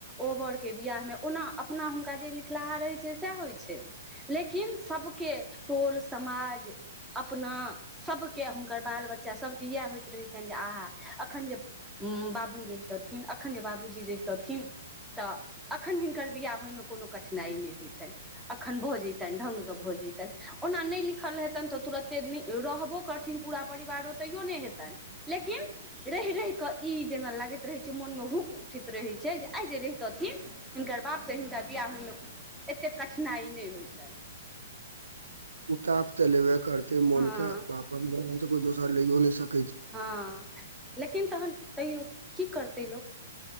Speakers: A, in the centre; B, on the right (about 80°).
A: ओबरके वियाहमे ओना अपना हुनका जे लिखलाहा रहैत छै सएह होई छै लेकिन सभके टोल समाज अपना सभके हुनकर बाल बच्चा सभके इएह होइत रहै छनि जे आहा एखन ज बाबू रहितथिन एखन जे बाबूजी रहितथिन तऽ एखन हिनकर बिआह होई मे कोनो कठिनाइ नहि होइतनि एखन भऽ जैतनि ढ्गसँ भऽ जैतनि ओना नहि लिखल हेतनि तऽ तुरते नहि रहबो करतनि थीन पूरा परिवारो तेयो नहि हेतनि लेकिन रहि रहि कऽ ई जेना लागैत रहैत छै मोनमे हुक उठैत रहैत छै जे आई जे रहितथिन हिनकर बाप तऽ हिनका बियाह होइमे एतेक कठिनाइ नहि होइतनि
B: उताप तऽ लेबे करते मोन
A: हँ
B: के वापर जग तऽ कोई दोसर लयो नै सकत
A: ह लेकिन तहन तै कि करतै लोक